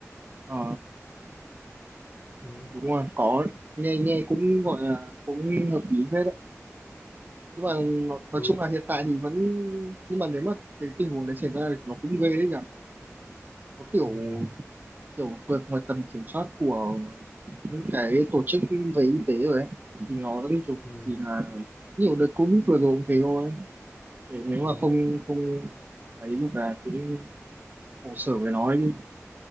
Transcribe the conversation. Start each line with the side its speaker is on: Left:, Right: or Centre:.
Right: ờ,
Left: Ừ.
Right: đúng rồi có nghe nghe cũng gọi là cũng hợp lý phết đấy nhưng mà nó- nói
Left: Ừ,
Right: chung là
Left: thì,
Right: hiện tại thì vẫn nhưng mà nếu mà cái tình huống đấy xảy ra thì nó cũng ghê đấy nhỉ nó kiểu
Left: ừ,
Right: kiểu vượt ngoài tầm kiểm soát của những cái tổ chức về y tế rồi ấy thì nó kiểu
Left: ừ.
Right: thì là nhiều đợt covid vừa rồi cũng thế thôi Để nếu
Left: Ừ,
Right: mà không không ấy được là cũng khổ sở với nó ấy chứ